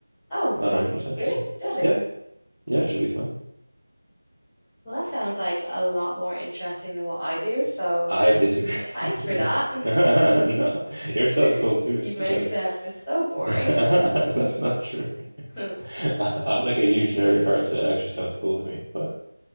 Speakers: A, in the centre; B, on the right.
A: Oh,
B: not 100%
A: really?
B: sure.
A: Deadly.
B: Yeah, yeah, it should be fun.
A: Well, that sounds like a lot more interesting than what I do, so
B: I disagree.
A: thanks for that.
B: <laughs> No, yours sounds cool
A: <laughs>
B: too.
A: You've
B: It's
A: made
B: just like
A: me sound so
B: <laughs>
A: boring.
B: that's not true. <laughs>
A: <laughs>
B: I- I'm like a huge nerd at heart, so it actually sounds cool to me. But